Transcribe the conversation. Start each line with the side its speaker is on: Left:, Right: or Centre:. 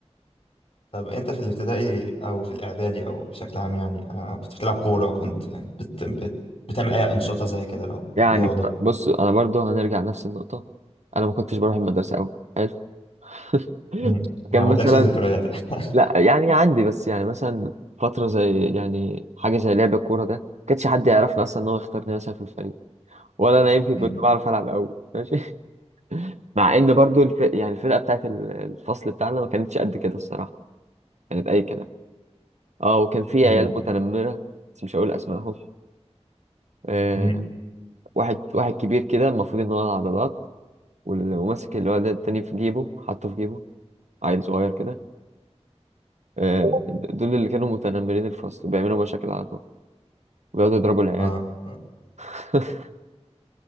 Left: طب انت في الابتدائي او في الاعدادي او بشكل عام يعني آه، كنت بتلعب كورة كنت بت... بت... بتعمل اي انشطة زي كده او
Right: يعني
Left: رياضة
Right: بص بص، انا برضو هنرجع لنفس النقطه انا ما كنتش بروح المدرسه قوي حلو <laughs>
Left: مم. يعني
Right: كان
Left: ما عندكش
Right: مثلا
Left: ذكريات <laughs>
Right: لا يعني عندي بس يعني مثلا فتره زي يعني حاجه زي لعب الكوره ده كانش حد يعرفني اصلا ان هو يختارني مثلا في الفريق ولا انا يمكن
Left: مم.
Right: كنت بعرف العب قوي ماشي <laughs> مع ان برضو الف... يعني الفرقه بتاعت ال- الفصل بتاعنا ما كانتش قد كده الصراحه كانت اي كلام اه وكان في
Left: مم.
Right: عيال متنمره بس مش هقول اسمائهم آه،
Left: مم.
Right: واحد واحد كبير كده المفروض ان هو العضلات وال- وماسك اللي هو ده التاني في جيبه حاطه في جيبه عيل صغير كده آه، دول اللي كانوا متنمرين الفصل بيعملوا مشاكل على طول بيقعدوا يضربوا العيال
Left: اه <laughs>
Right: <laughs>